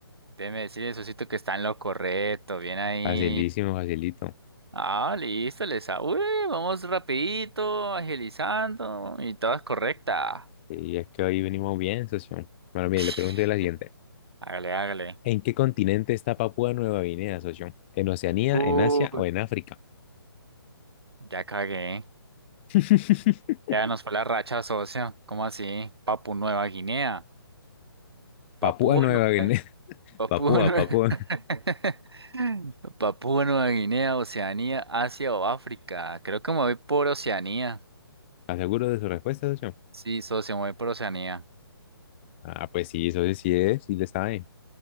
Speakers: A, on the right; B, on the left.
A: Déjeme decirle, Sosito, que está en lo correcto. Bien ahí.
B: Facilísimo, facilito.
A: Ah, listo, les Uy, vamos rapidito, agilizando. Y todas correctas.
B: Y es que hoy venimos bien, socio. Bueno, mire,
A: <laughs>
B: le pregunto la siguiente.
A: Hágale, hágale.
B: ¿En qué continente está Papúa Nueva Guinea, socio? ¿En Oceanía,
A: Uy,
B: en Asia o en África?
A: ya cagué.
B: <laughs>
A: Ya nos fue la racha, socio. ¿Cómo así? Papu Nueva Guinea. Papúa
B: Papúa Nueva
A: Nueva...
B: Guinea. <laughs>
A: Papúa
B: Papúa,
A: Nueva...
B: Papúa.
A: <laughs> Papúa Nueva Guinea, Oceanía, Asia o África. Creo que me voy por Oceanía.
B: ¿Estás seguro de su respuesta, socio?
A: Sí, socio, me voy por Oceanía.
B: Ah, pues sí, socio, sí es, sí le sabe.